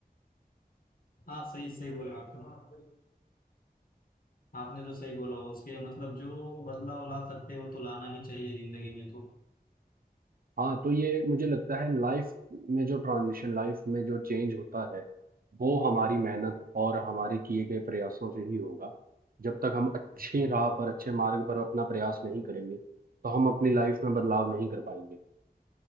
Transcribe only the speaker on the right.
हाँ तो ये मुझे लगता है लाइफ में जो ट्रांजिशन लाइफ में जो चेंज होता है वो हमारी मेहनत और हमारे किए गए प्रयासों से ही होगा जब
तक हम अच्छे
राह पर अच्छे मार्ग पर अपना प्रयास नहीं करेंगे तो हम अपनी लाइफ में बदलाव नहीं कर पाएंगे